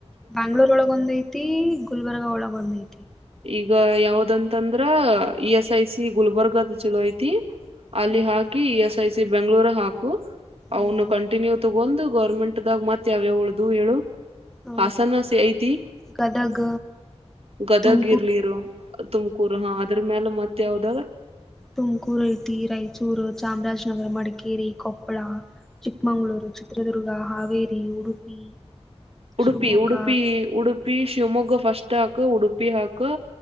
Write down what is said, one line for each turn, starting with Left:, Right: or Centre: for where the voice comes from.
Centre: ಬ್ಯಾಂಗ್ಳೂರ್ ಒಳಗ ಒಂದ್ ಐತಿ ಗುಲ್ಬರ್ಗಾ ಒಳಗ ಒಂದ್ ಐತಿ
Right: ಈಗ ಯಾವ್ದಂತಂದ್ರ E S I C Gulbarga ಅದ ಚಲೋ ಐತಿ ಅಲ್ಲಿ
Centre: ಹ್ಮ್
Right: ಹಾಕಿ E S I C Bengaluru ಹಾಕು
Centre: ಹ್ಮ್
Right: ಅವನು ಕಂಟಿನ್ಯೂ ತಗೊಂಡು ಗೌರ್ಮೆಂಟ್ದಾಗ ಮತ್ ಯಾವ್ಯಾವ ಉಳ್ದು ಹೇಳು
Centre: ಹ
Right: ಹಾಸನ ಐತಿ
Centre: ಗದಗ
Right: ಗದಗ
Centre: ತುಮ
Right: ಇರ್ಲಿರು ತುಮಕೂರು ಹಾ ಅದ್ರ ಮ್ಯಾಲ ಮತ್ತ ಯಾವ್ದ
Centre: ತುಮಕೂರು ಐತಿ ರಾಯಚೂರು ಚಾಮರಾಜನಗರ ಮಡಿಕೇರಿ ಕೊಪ್ಪಳ ಚಿಕ್ಕಮಂಗಳೂರು ಚಿತ್ರದುರ್ಗ ಹಾವೇರಿ ಉಡುಪಿ
Right: ಉಡುಪಿ
Centre: ಶಿವಮೊಗ್ಗ
Right: ಉಡುಪಿ ಉಡುಪಿ ಶಿವಮೊಗ್ಗ ಫಸ್ಟ್ ಹಾಕು ಉಡುಪಿ ಹಾಕು